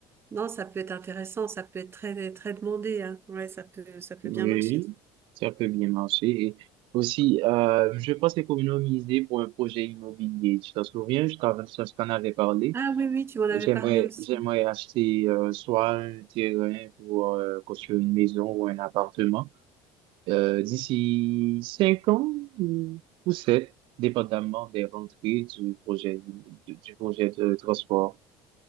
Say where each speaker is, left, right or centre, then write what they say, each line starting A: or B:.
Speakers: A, on the right; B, on the right.
A: non, ça peut être intéressant, ça peut être très, très demandé, hein. Ouais, ça peut, ça peut
B: Oui,
A: bien marcher.
B: ça peut bien marcher. Et aussi, euh, je pense économiser pour un projet immobilier. Tu t'en souviens, je t'en je t'en avais parlé.
A: Ah oui, oui, tu m'en avais
B: Et J'aimerais,
A: parlé aussi.
B: j'aimerais acheter euh, soit un terrain pour euh, construire une maison ou un appartement euh, d'ici cinq ans ou ou sept, dépendamment des rentrées du projet du, du projet de transport